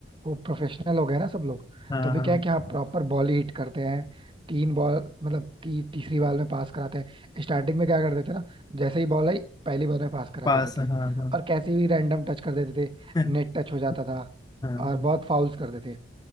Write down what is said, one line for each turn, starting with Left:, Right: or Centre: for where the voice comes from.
Right: वो प्रोफेशनल हो गया ना सब लोग
Left: हाँ
Right: तो अभी
Left: हाँ
Right: क्या है कि हाँ प्रॉपर बॉल ही हिट करते हैं तीन बॉल मतलब ती, तीसरी बॉल में पास कराते हैं स्टार्टिंग में क्या कर देते ना जैसे ही बॉल आई पहली बॉल में पास करा
Left: पास
Right: देते
Left: हाँ
Right: थे
Left: हाँ
Right: और कैसे भी रैंडम टच कर देते थे
Left: <laughs>
Right: नेट टच हो जाता था
Left: हाँ
Right: और बहुत फाउल्स कर देते थे